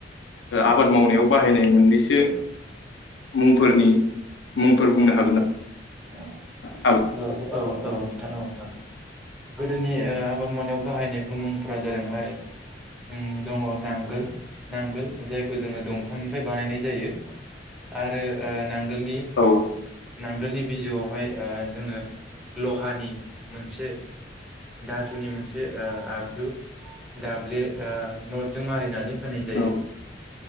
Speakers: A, on the left (about 80°); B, in the centre.
A: आबाद मावनायाव बाहायनाय मोननैसो मुंफोरनि मुं फोर बुंनो हागोन ना
B: <inaudible>
A: हागोन।
B: औ औ औ नोंथां औ हागोन गोदोनि ओ आबाद मावनायाव बाहायनायफोर मुंफोरा जादोंहाय उम दङ नांगोल नांगोल जायखौ जोङो दंफांनिफ्राय बानायनाय जायो आरो ओ नां गोल ‌नि
A: औ
B: नांगोलनि बिजौआवहाय ओ जोङो लहानि मोनसे दाथुनि मोनसे ओ आगजु दाब्ले ओ नथजों मारिनानै होनाय जायो
A: औ